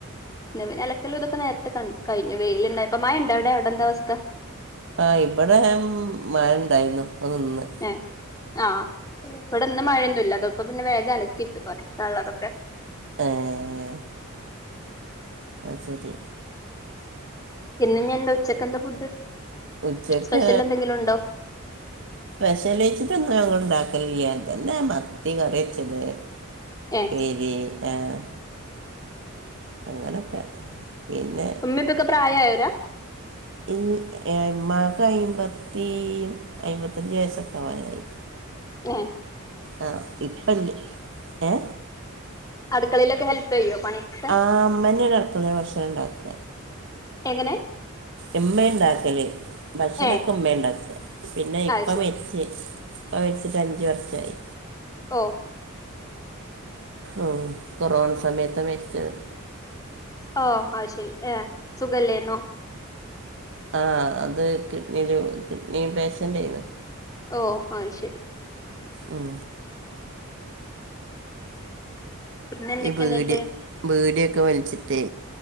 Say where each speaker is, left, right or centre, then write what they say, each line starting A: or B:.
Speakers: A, on the left; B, on the right.
A: എന്നവിന് അലക്കലും ഇതൊക്കെ നേരത്തെ ക കഴിഞ്ഞു വെയിലുണ്ടായിപ്പ മഴ ഇണ്ട എവിടെ എവിടെ എന്താ അവസ്ഥ
B: ആഹ് ഇവിടെ മയണ്ടാരുന്നു അതിന്ന്
A: ഏ ആഹ് ഇവിടെ ഇന്ന് മഴൊന്നും ഇല്ല അതൊപ്പ പിന്നെ വേ ഇത് അലക്കീട്ടു <unintelligible> നുള്ളതൊക്കെ
B: ആഹ് അത് ശെരി
A: ഇന്ന്ഞ്ഞെന്താ ഉച്ചക്ക് എന്താ ഫുഡ്
B: ഉച്ചക്ക്‌
A: സ്പെഷ്യൽ എന്തെങ്കിലും ഉണ്ടോ
B: സ്പെഷ്യലേയ്ച്ച്ട്ട്ന്നും ഞങ്ങള് ണ്ടാക്കലില്ല ഇതെന്നെ മത്തി കറിവെച്ചത്
A: ഏ
B: പ്പേരി ആഹ് അങ്ങനൊക്കെ പിന്നെ
A: ഉമ്മി പ്പൊക്കെ പ്രായയോ ല്ല
B: ഈ ഇ മ്മാക്ക് അയ്മ്പത്തി അയിമ്പത്തഞ്ച് വയസ്സൊക്കെ ആവാനായി
A: ങ്ങെ
B: ആഹ് ഇപ്പല്ല ഏ
A: അട്ക്കളേലൊക്കെ ഹെല്പ് ചെയ്യോ പണിയൊക്കെ
B: ആ മ്മന്നേണ് അടുക്കളേല് ഭക്ഷണം ണ്ടാക്ക
A: എങ്ങനെ
B: ഇമ്മേ ണ്ടാക്കല് ഭക്ഷണൊക്കെ
A: ഏ
B: ഇമ്മേ ണ്ടാക്ക പിന്നെ ഇപ്പ
A: അത് ശരി
B: മരിച്ച് പ്പ മരിച്ചിട്ട് അഞ്ച് വർഷായി
A: ഓ
B: ഓ കൊറോണ സമയത്താ മരിച്ചത്
A: ഓഹ് അത് ശെരി ഏഹ് സുഖം ഇല്ലേന്നോ?
B: ആഹ് അത് കിഡ്നില് കിഡ്നി പേഷ്യൻ്റേന്നു.
A: ഓഹ് അത് ശരി.
B: ഉം
A: പിന്നെ എന്തൊക്കെ
B: ഈ ബീഡി
A: എന്നിട്ട്
B: ബീഡിയൊക്കെ വല്ച്ചിട്ടേ.